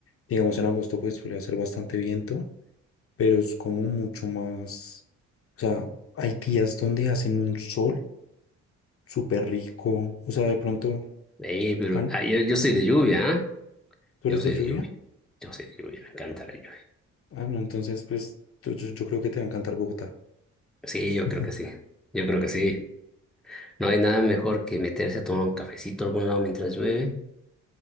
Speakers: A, on the left; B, in the centre.
A: Digamos, en agosto pues suele hacer bastante viento, pero es como mucho más... O sea, hay días donde hacen un sol súper rico. O sea, de pronto,
B: Eh, pero
A: Han,
B: ah, yo, yo soy de lluvia, ¿ah?
A: ¿tú eres
B: Yo soy
A: de lluvia?
B: de lluvia. Yo soy de lluvia, me encanta la lluvia.
A: Ah, no, entonces pues yo, yo yo creo que te va a encantar Bogotá.
B: Sí, yo
A: Ujú.
B: creo que sí. Yo creo que sí. No hay nada mejor que meterse a tomar un cafecito a algún lado mientras llueve